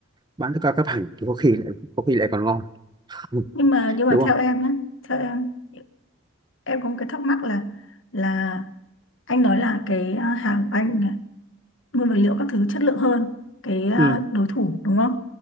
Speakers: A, on the right (about 20°); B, on the left (about 60°).
A: bán theo cao cấp hẳn thì có khi lại có khi lại còn ngon Ừ,
B: nhưng mà nhưng mà
A: đúng
B: theo
A: không
B: em nhé theo em em có một cái thắc mắc là là anh nói là cái à, hàng của anh là nguyên vật liệu các thứ chất lượng hơn cái à,
A: ừ
B: đối thủ đúng không